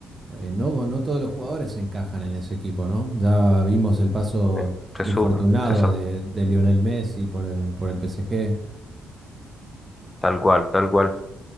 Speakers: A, on the right (about 25°); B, on the left (about 20°).
A: Eh, no, no todos los jugadores encajan en ese equipo, ¿no? Ya vimos el paso
B: eh, se
A: infortunado
B: sub, se sa-
A: de, de Lionel Messi por, eh, por el PSG.
B: tal cual, tal cual.